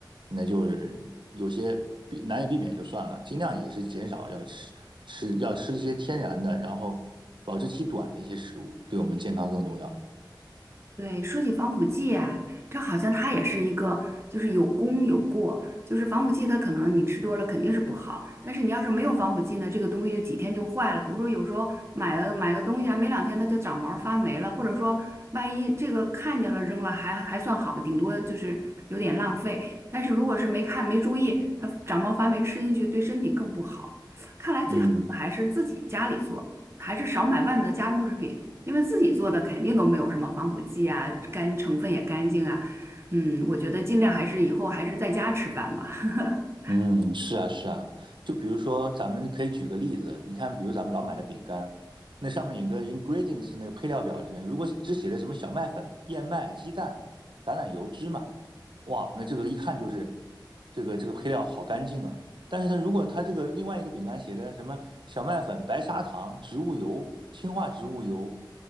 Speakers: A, on the right; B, on the right.
A: 那就是有些避难以避免就算了，尽量也是减少要吃吃要吃一些天然的，然后保质期短的一些食物，对我们健康更重要。
B: 对，说起防腐剂啊，这好像它也是一个，就是有功有过。就是防腐剂，它可能你吃多了肯定是不好，但是你要是没有防腐剂呢，这个东西就几天就坏了。比如说有时候买了买个东西啊，没两天它就长毛发霉了，或者说万一这个看见了扔了还还算好的，顶多就是有点浪费。但是如果是没看没注意，它长毛发霉吃进去对身体更不好。看来最好的还是自己家里做，
A: 嗯。
B: 还是少买外面的加工食品。因为自己做的肯定都没有什么防腐剂啊，干成分也干净啊。嗯，我觉得尽量还是以后还是在家吃饭吧。<laughs>
A: 嗯，是啊，是啊，就比如说，咱们可以举个例子，你看，比如咱们老买的饼干，那上面有个 ingredients 那个配料表里面，如果只写的什么小麦粉、燕麦、鸡蛋、橄榄油、芝麻，哇，那这个一看就是这个这个配料好干净啊。但是它如果它这个另外一个饼干写的什么小麦粉、白砂糖、植物油、氢化植物油，